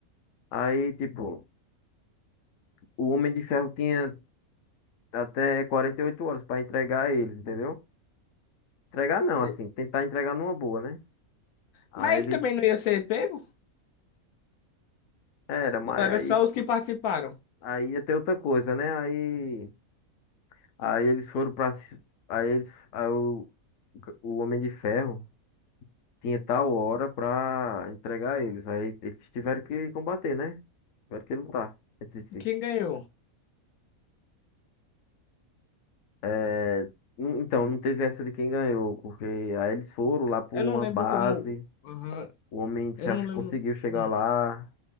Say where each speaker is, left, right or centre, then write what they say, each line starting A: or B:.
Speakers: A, on the left; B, on the left.
A: aí tipo, o Homem de Ferro tinha até 48 horas pra entregar eles, entendeu? Entregar não,
B: e-
A: assim, tentar entregar numa boa, né? Aí
B: Mas
A: eles.
B: ele também não ia ser pego?
A: Era, mas
B: Ou era
A: aí,
B: só os que participaram?
A: aí ia ter outra coisa, né? Aí, aí eles foram pra. ci- Aí, eles, aí o, o Homem de Ferro tinha tal hora pra entregar eles. Aí eles tiveram que combater, né? Tiveram que lutar entre si.
B: Quem ganhou?
A: É, Não- Então, não teve essa de quem ganhou, porque aí eles foram lá pra
B: Eu
A: uma
B: não lembro
A: base,
B: como. Aham,
A: o Homem de
B: eu
A: Ferro
B: não lembro.
A: conseguiu chegar
B: Hum,
A: lá,